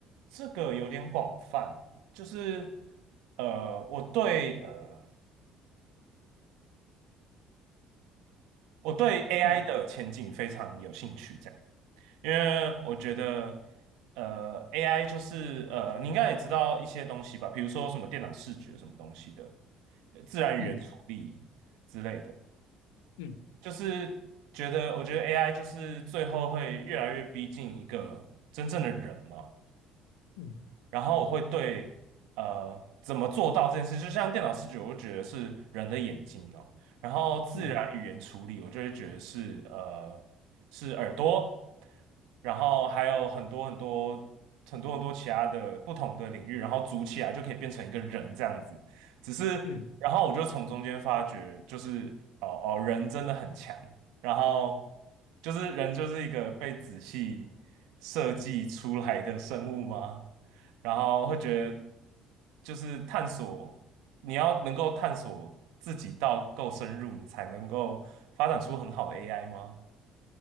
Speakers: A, on the right; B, on the left.
A: 这个有点广泛，就是呃，我对呃。我对 AI
B: 嗯
A: 的前景非常有兴趣，这样，因为我觉得，呃，AI 就是呃，你应该也知道一些东西吧，比如说什么电脑视觉什么东西的，呃自然语言处理之类的，
B: 嗯嗯
A: 就是觉得，我觉得 AI 就是最后会越来越逼近一个真正的人嘛，
B: 嗯
A: 然后我会对呃怎么做到这件事，就像电脑视觉，我就觉得是人的眼睛哦，然后自然语言处理，
B: 嗯
A: 我就会觉得是呃是耳朵，然后还有很多很多很多很多其他的不同的领域，然后组起来就可以变成一个人这样子。只是然后我就从中间发觉，
B: 嗯，
A: 就是哦哦人真的很强，然后就是人就是一个被仔细设计出来的生物吗？然后会觉得就是探索，你要能够探索自己到够深入，你才能够发展出很好的 AI 吗？